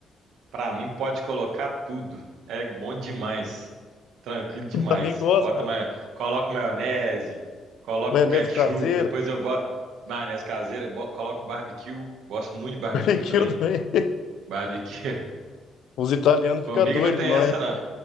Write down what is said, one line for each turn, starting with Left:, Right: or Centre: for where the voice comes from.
Right: Pra mim, pode colocar tudo. É bom demais. Tranquilo demais.
Left: <laughs> também gosto,
Right: Bota
Left: cara.
Right: ma... Coloca maionese, coloca
Left: Maionese
Right: o ketchup,
Left: caseira,
Right: depois eu boto maionese caseira, bo... coloco barbecue. Gosto muito de barbecue
Left: <laughs> barbecue
Right: também.
Left: também.
Right: Barbecue. <laughs>
Left: Os italianos
Right: Comigo
Left: ficam doidos
Right: não tem
Left: com nós,
Right: essa,
Left: é
Right: não.